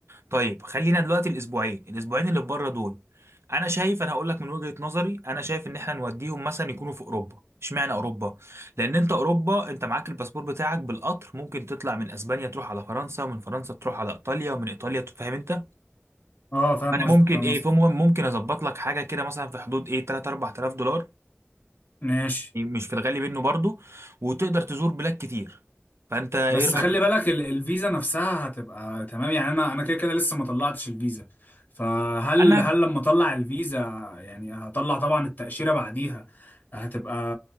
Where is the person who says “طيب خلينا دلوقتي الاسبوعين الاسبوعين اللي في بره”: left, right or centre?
Right